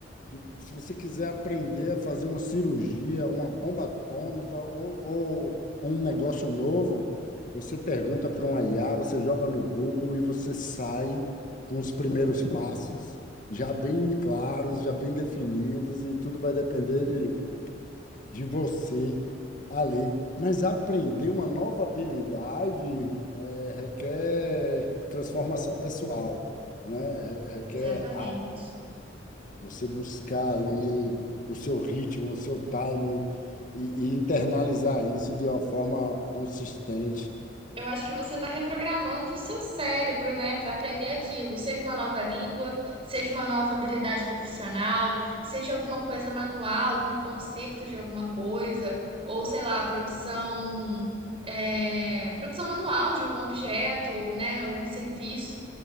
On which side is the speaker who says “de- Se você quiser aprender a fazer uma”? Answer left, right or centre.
Left